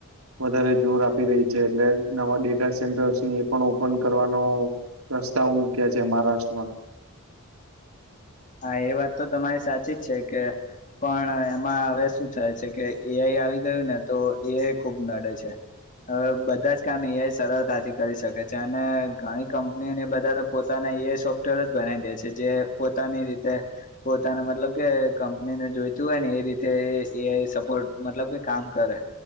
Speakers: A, on the right; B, on the left.
A: વધારે જોર આપે આપ રહી છે એટલે નવા ડેટા સેન્ટર્સ ની એ પણ ઓપન કરવાનો રસ્તાઓ મુૂક્યા છે મહારાષ્ટ્રમાં
B: હા એ વાત તો તમારી સાચી જ છે કે પણ એમાં હવે શું થાય છે કે એઆઈ આવી ગયું ને તો એઆઈ ખુબ નડે છે. અ બધા જ કામ એઆઈ સરળતાથી કરી શકે છે અને ઘણી કંપનીઓને બધા પોતાને એ સોફ્ટવેર જ બનાવી દે છે જે પોતાની રીતે પોતાને મતલબ કે કંપનીને જોઈતું હોય ને એ રીતે એઆઈ સપોર્ટ મતલબ કે કામ કરે